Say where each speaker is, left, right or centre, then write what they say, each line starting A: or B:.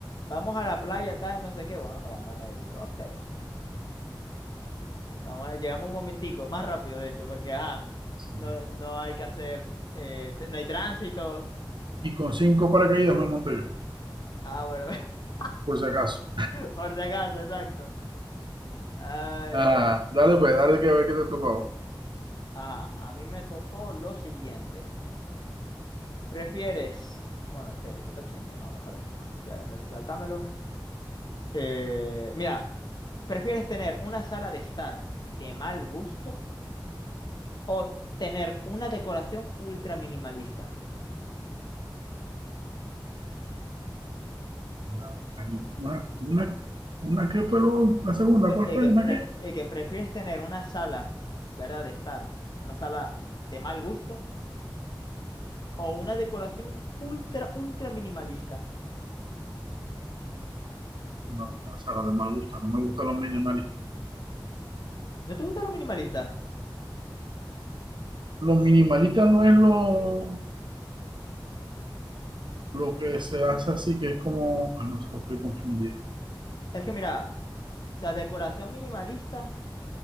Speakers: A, on the left; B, on the right.
A: Vamos a la playa, tal, no sé qué. Bueno, nos vamos en helicóptero. <laughs> Vamos, a- llegamos un momentico, más rápido de hecho, porque ajá,
B: Sí.
A: no, no hay que hacer, eh, t- no hay tránsito.
B: Y con cinco paracaídas me monto yo,
A: Ah, bueno, <laughs>
B: por si acaso.
A: por si acaso, exacto. Ay,
B: Ah,
A: pero,
B: dale pues, dale que a ver qué te ha tocado.
A: ajá, a mí me tocó lo siguiente. ¿Prefieres? Bueno, este, esto está chimbo, no, mejor esto. Ya, déjame- sáltamelo. Eh, mira, ¿prefieres tener una sala de estar de mal gusto o tener una decoración ultra minimalista?
B: Ah, Una, una, una que fue lo- la segunda,
A: Pe-
B: ¿cuál
A: El
B: fue?
A: que,
B: ¿Una
A: pre-
B: qué?
A: el que prefieres tener una sala, ¿verdad? De estar, una sala de mal gusto o una decoración ultra, ultra minimalista.
B: No, la sala de mal gusto, no me gusta los minimalistas.
A: ¿No te gusta lo minimalista?
B: Los minimalistas no es lo, lo que
A: N-
B: se hace así, que es como, ah, no, estoy confundido.
A: Es que mira, o sea, decoración minimalista